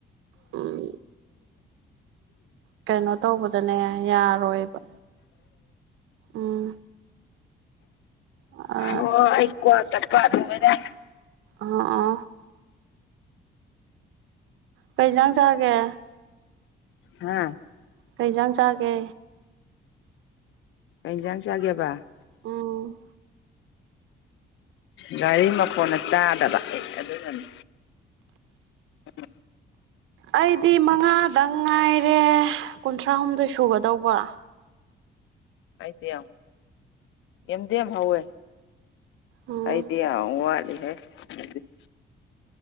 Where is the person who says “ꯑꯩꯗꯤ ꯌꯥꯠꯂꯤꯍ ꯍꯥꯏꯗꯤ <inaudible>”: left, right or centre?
Left